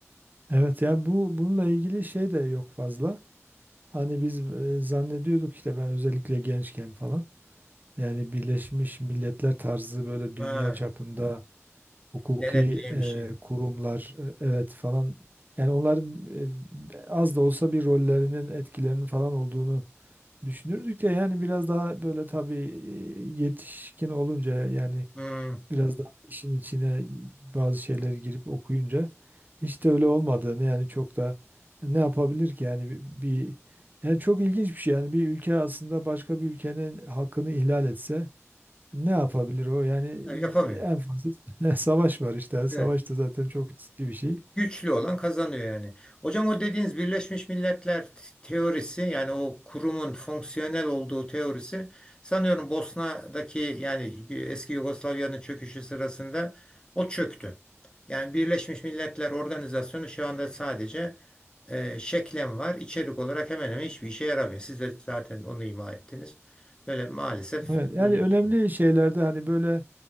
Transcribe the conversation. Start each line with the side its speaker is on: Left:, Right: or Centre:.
Right: Evet yani bu bununla ilgili şey de yok fazla. Hani biz e, zannediyorduk işte ben özellikle gençken falan. Yani Birleşmiş Milletler tarzı böyle dünya
Left: Ha,
Right: çapında hukuki
Left: denetleyen
Right: e,
Left: bir şey.
Right: kurumlar e, evet falan. Yani onların e, az da olsa bir rollerinin etkilerinin falan olduğunu Düşünürdük de yani biraz daha böyle tabii e, yetişkin olunca yani
Left: Hmm,
Right: biraz daha işin içine bazı şeyleri girip okuyunca hiç de öyle olmadığını yani çok da ne yapabilir ki yani bir, bir- yani çok ilginç bir şey yani bir ülke aslında başka bir ülkenin hakkını ihlal etse ne yapabilir o yani
Left: e, yapamıyor.
Right: en fazla <laughs> savaş var işte Yani savaş
Left: Evet.
Right: da zaten çok riskli bir şey.
Left: Güçlü olan kazanıyor yani. Hocam o dediğiniz Birleşmiş Milletler teorisi yani o kurumun fonksiyonel olduğu teorisi sanıyorum Bosna'daki yani eski Yugoslavya'nın çöküşü sırasında o çöktü. Yani Birleşmiş Milletler Organizasyonu şu anda sadece e, şeklen var. İçerik olarak hemen hemen hiçbir işe yaramıyor. Siz de zaten onu ima ettiniz. Böyle maalesef
Right: Evet, yani
Left: böyle bir
Right: önemli
Left: şey.
Right: şeylerde hani böyle